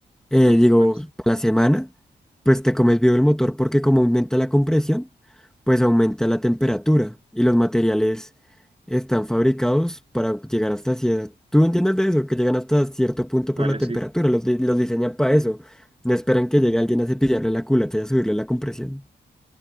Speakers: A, in the centre; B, on the right (about 35°).
A: eh,
B: Uf,
A: digo,
B: bueno, sí.
A: para la semana, pues te comes vivo el motor porque como aumenta la compresión, pues aumenta la temperatura y los materiales están fabricados para llegar hasta cierto... ¿Tú entiendes de eso? Que llegan hasta cierto punto
B: Vale,
A: por la temperatura,
B: sí.
A: los, di- los diseñan para eso. No esperan que llegue alguien a cepillarle la culata y a subirle la compresión.